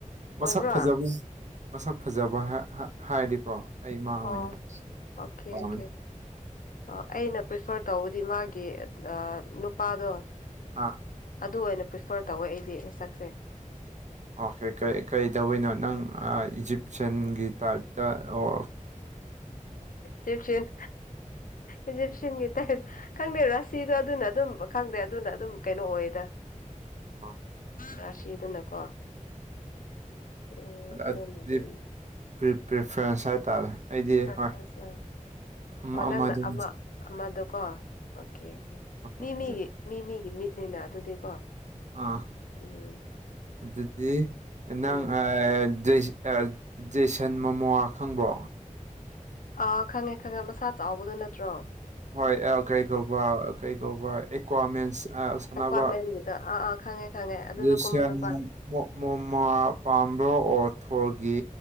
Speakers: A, on the left; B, on the right.
A: ꯑꯣꯏꯕ꯭ꯔꯥ
B: ꯃꯁꯛ ꯐꯖꯕ ꯃꯁꯛ ꯐꯖꯕ ꯍꯥ ꯍꯥ ꯍꯥꯏꯔꯗꯤꯀꯣ ꯑꯩꯃꯥ ꯑꯣꯏꯅ
A: ꯑꯣ ꯑꯣꯀꯦ
B: ꯄꯥꯝꯃꯦ
A: ꯑꯣꯀꯦ ꯑꯣ ꯑꯩꯅ ꯄ꯭ꯔꯤꯐꯔ ꯇꯧꯕꯗꯤ ꯃꯥꯒꯤ ꯑꯥ ꯅꯨꯄꯥꯗꯣ
B: ꯑꯥ
A: ꯑꯗꯨ ꯑꯣꯏꯅ ꯄ꯭ꯔꯤꯐꯔ ꯇꯧꯋꯦ ꯑꯩꯗꯤ ꯃꯁꯛꯁꯦ
B: ꯑꯣꯈꯦ ꯀꯩ ꯀꯩ ꯗꯧꯕꯩꯅꯣ ꯅꯪ ꯑ ꯏꯖꯤꯞꯁꯤꯌꯟꯒꯤ ꯇꯥꯏꯞꯇ ꯑꯣ
A: ꯖꯤꯞꯁꯤꯌꯟ ꯏꯖꯤꯞꯁꯤꯌꯟꯒꯤ ꯇꯥꯏꯞ ꯈꯪꯗꯦ ꯔꯥꯁꯤꯗꯣ ꯑꯗꯨꯅ ꯑꯗꯨꯝ ꯈꯪꯗꯦ ꯑꯗꯨꯅ ꯑꯗꯨꯝ ꯀꯩꯅꯣ ꯑꯣꯏꯌꯦꯗ
B: ꯑꯥ
A: ꯔꯥꯁꯤꯗꯨꯅꯀꯣ ꯎꯝ
B: ꯑꯗ
A: ꯑꯗꯨꯅ ꯑꯗꯨꯝ
B: ꯗꯤ ꯄꯔ꯭ꯤ ꯄ꯭ꯔꯤꯐꯔꯦꯟꯁ ꯍꯥꯏꯇꯥꯔꯦ ꯑꯩꯗꯤ
A: ꯄ꯭ꯔꯐꯔꯦꯟꯁ
B: ꯍꯣꯏ
A: ꯑꯥ
B: ꯑꯃ
A: ꯑꯣ ꯅꯪꯅ
B: ꯑꯃꯗꯨꯝ
A: ꯑꯃ ꯑꯃꯗꯣꯀꯣ ꯑꯣꯀꯦ ꯑꯣꯀꯦ
B: ꯃꯁꯛ
A: ꯃꯤ
B: ꯐꯖꯩ
A: ꯃꯤꯒꯤ ꯃꯤ ꯃꯤꯒꯤ ꯃꯤꯠꯅꯤꯅ ꯑꯗꯨꯗꯤꯀꯣ
B: ꯑ
A: ꯎꯝ
B: ꯑꯗꯨꯗꯤ ꯑ
A: ꯎꯝ
B: ꯅꯪ ꯑꯥꯏꯗꯤ ꯑꯦ ꯖꯦꯁꯟ ꯃꯣꯃꯣ ꯈꯪꯕ꯭ꯔꯣ
A: ꯑꯥ ꯈꯪꯉꯦ ꯈꯪꯉꯦ ꯃꯁꯥ ꯆꯥꯎꯕꯗꯣ ꯅꯠꯇ꯭ꯔꯣ
B: ꯍꯣꯏ ꯑꯦꯜ ꯀꯔꯤ ꯀꯧꯕꯔ꯭ ꯀꯔꯤ ꯀꯧꯕꯔ꯭ ꯑꯦꯀ꯭ꯋꯥꯃꯦꯟꯁ ꯑꯥ ꯁꯟꯅꯕ
A: ꯑꯦꯀ꯭ꯋꯥꯃꯦꯟꯒꯤꯗ ꯑꯥ ꯑꯥ ꯈꯪꯉꯦ ꯈꯪꯉꯦ ꯑꯗꯨꯗ
B: ꯖꯁꯌ꯭ꯥꯟ
A: ꯀꯨꯝꯕ ꯅꯨꯄꯥꯗꯣ
B: ꯃꯣ ꯃꯣ ꯃꯣꯃꯥ ꯄꯥꯝꯕ꯭ꯔꯣ ꯑꯣꯊꯣꯔꯒꯤ